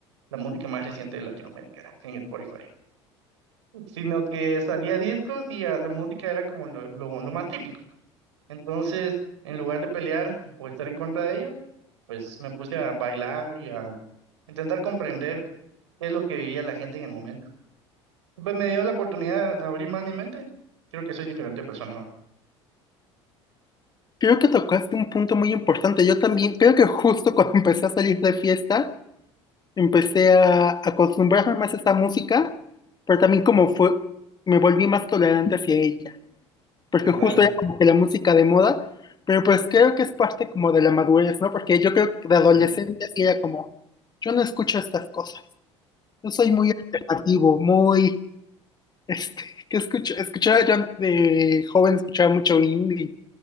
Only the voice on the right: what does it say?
la música más reciente de Latinoamérica en Spotify, sino que salía discos y a la música era como lo, lo, lo más típico. Entonces, en lugar de pelear o estar en contra de ello, pues me puse a bailar y a intentar comprender qué es lo que vivía la gente en el momento. Pues me dio la oportunidad de abrir más mi mente. Creo que soy diferente persona,
¿verdad?
Ah,